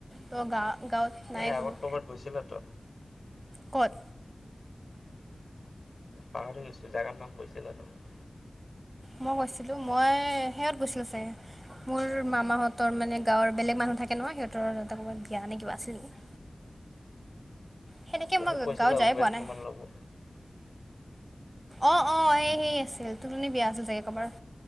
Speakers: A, on the right; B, on the left.
A: ত গা-গাঁৱত নাই
B: এই আগত
A: কোনো,
B: ক'ৰবাত গৈছিলাতো
A: ক'ত?
B: পাহাৰি গৈছো জাগাৰ নাম কৈছিলা তুমি।
A: মই কৈছিলোঁ, মই সেহত গৈছিলোঁ চাগে। মোৰ মামাহঁতৰ মানে গাঁৱৰ বেলেগ মানুহ থাকে নহয়, সিহঁতৰ তাতে ক'বাত বিয়া নে কিবা আছিল নেকি। সেনেকৈ
B: অ',
A: মই
B: মোক কৈছিলা,
A: গাঁৱত যাই
B: উবেৰ
A: পোৱা নাই
B: কিমান ল'ব।
A: অঁ, অঁ এই সেই আছিল তোলনি বিয়া আছিল চাগে ক'ৰবাৰ,